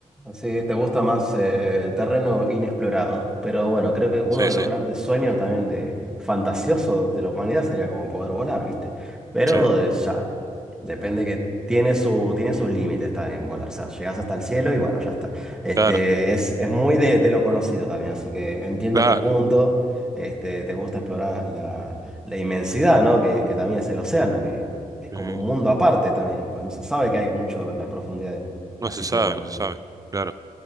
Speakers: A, in the centre; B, on the right.
A: así te gusta más eh, el terreno inexplorado. Pero bueno, creo que uno
B: Sí,
A: de
B: sí,
A: los grandes sueños también de fantasiosos de la humanidad sería como poder volar, ¿viste? Pero
B: sí,
A: eh, ya, depende que tiene su, tiene sus límites también volar. O sea, llegas hasta el cielo y bueno, ya está. Este,
B: claro,
A: es, es muy de, de lo conocido también, así que entiendo
B: claro.
A: tu punto. Este, te gusta explorar la, la inmensidad, ¿no? Que, que también es el océano, que es
B: sí,
A: como un mundo aparte también. Pues no se sabe que hay mucho en las profundidades.
B: No
A: Así
B: se sabe,
A: que bueno.
B: no se sabe, claro.